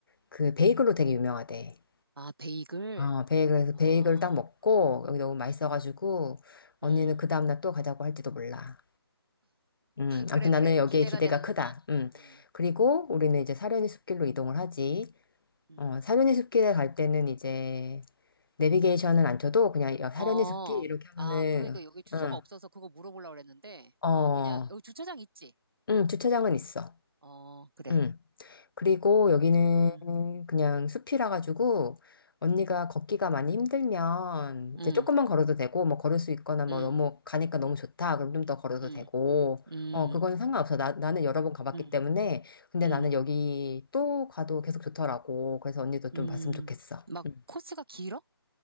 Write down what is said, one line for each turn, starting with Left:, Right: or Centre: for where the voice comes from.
Left: 그 베이글로 되게 유명하대.
Right: 아, 베이글?
Left: 어, 베이글에서
Right: 어,
Left: 베이글
Right: 어,
Left: 딱 먹고, 여기 너무 맛있어가지고, 언니는
Right: 음.
Left: 그 다음날 또 가자고 할지도 몰라. 음,
Right: 그래,
Left: 아무튼
Right: 그래.
Left: 나는 여기에
Right: 기대가
Left: 기대가
Right: 되는구만.
Left: 크다. 음.
Right: 음,
Left: 그리고 우리는 이제 사려니 숲길로 이동을 하지.
Right: 음.
Left: 어, 사려니 숲길에 갈 때는 이제 내비게이션은 안 쳐도 그냥 야, 사려니
Right: 어,
Left: 숲길 이렇게 하면은
Right: 아, 그러니까 여기 주소가
Left: 응,
Right: 없어서 그거 물어보려고 그랬는데,
Left: 어,
Right: 아, 그냥, 여기 주차장 있지?
Left: 응, 주차장은 있어.
Right: 어, 그래.
Left: 응. 그리고 여기는
Right: 음,
Left: 그냥 숲이라 가지고 언니가 걷기가 많이 힘들면
Right: 음,
Left: 이제 조금만 걸어도 되고 뭐 걸을 수 있거나 뭐
Right: 음,
Left: 너무 가니까 너무 좋다. 그럼 좀 더 걸어도
Right: 음,
Left: 되고.
Right: 음,
Left: 어, 그건 상관없어. 나, 나는 여러 번 가봤기
Right: 음,
Left: 때문에. 근데
Right: 음,
Left: 나는 여기 또 가도 계속 좋더라고. 그래서 언니도 좀
Right: 음.
Left: 봤으면 좋겠어.
Right: 막
Left: 응.
Right: 코스가 길어?